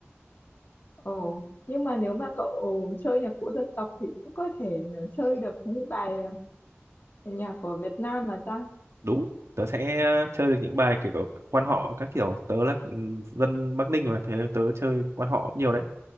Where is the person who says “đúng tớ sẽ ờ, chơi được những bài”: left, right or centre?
Right